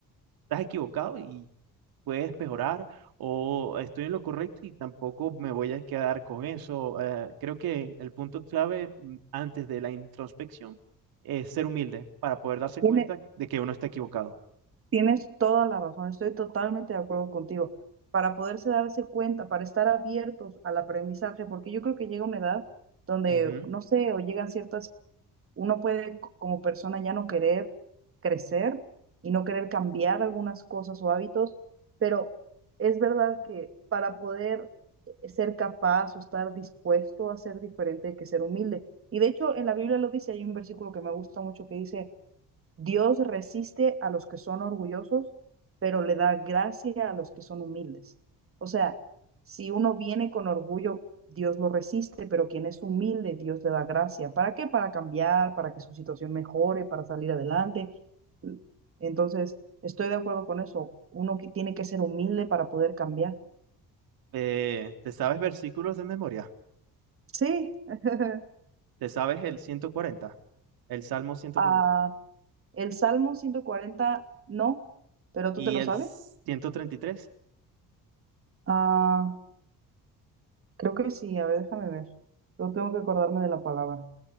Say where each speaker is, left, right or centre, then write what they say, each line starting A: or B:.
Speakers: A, on the right; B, on the right.
A: estás equivocado y puedes mejorar o estoy en lo correcto y tampoco me voy a quedar con eso. Eh, creo que el punto clave mm, antes de la introspección es ser humilde para poder darse
B: Tiene-
A: cuenta de que uno está equivocado.
B: tienes toda la razón. Estoy totalmente de acuerdo contigo. Para poderse darse cuenta, para estar abiertos al aprendizaje, porque yo creo que llega una edad donde,
A: Ujú.
B: no sé, o llegan ciertas, uno puede c- como persona ya no querer crecer y no querer cambiar algunas cosas o hábitos, pero es verdad que para poder ser capaz o estar dispuesto a ser diferente hay que ser humilde. Y de hecho, en la Biblia lo dice, hay un versículo que me gusta mucho que dice Dios resiste a los que son orgullosos, pero le da gracia a los que son humildes. O sea, si uno viene con orgullo, Dios lo resiste, pero quien es humilde, Dios le da gracia. ¿Para qué? Para cambiar, para que su situación mejore, para salir adelante. Entonces, estoy de acuerdo con eso. Uno que tiene que ser humilde para poder cambiar.
A: Eh, ¿te sabes versículos de memoria?
B: Sí. <laughs>
A: ¿Te sabes el ciento cuarenta El Salmo 140
B: Ah, el Salmo 140, no, pero tú
A: y
B: te lo
A: el
B: sabes.
A: ciento treinta y tres
B: Ah, Creo que sí, a ver, déjame ver. Yo tengo que acordarme de la palabra.